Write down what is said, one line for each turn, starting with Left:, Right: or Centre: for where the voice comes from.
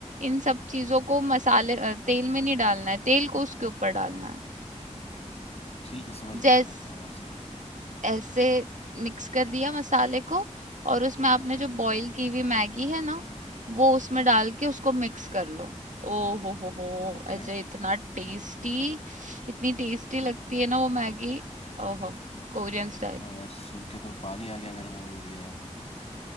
Right: इन सब चीजों को मसाले अ, तेल में नहीं डालना है तेल को उसके ऊपर डालना है
Left: ठीक है समझ गया
Right: जैस
Left: समझ गया हाँ सही
Right: ऐसे मिक्स कर दिया मसाले को और उसमें आपने
Left: हम्म
Right: जो बॉईल की हुई मैगी है ना वो उसमें
Left: हम्म
Right: डाल
Left: हम्म
Right: के उसको मिक्स कर लो ओ हो हो हो
Left: ओके
Right: ऐसे इतना टेस्टी इतनी टेस्टी लगती है ना वो मैगी ओहो कोरियन स्टाइल
Left: हाँ यार सुन के तो पानी आ गया मेरे मुंह में भी यार